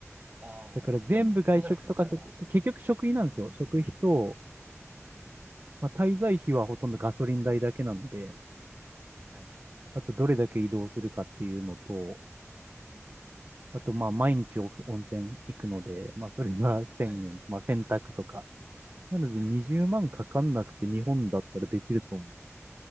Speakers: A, on the right (about 30°); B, on the right (about 50°).
A: ああ、
B: だから全部外食とかする、
A: まあ、そばで食ったら、
B: 結局食費なんですよ。
A: うん、
B: 食費と、
A: うん、
B: まあ、滞在費はほとんどガソリン代だけなので、
A: はい、
B: あとどれだけ移動するかっていうのと、
A: うん、
B: あとまあ毎日お温泉行くので、まあそれが <laughs> 1
A: はい、
B: 0 0まあ洗濯とか、なので20万かかんなくて日本だったらできると思う。
A: はい。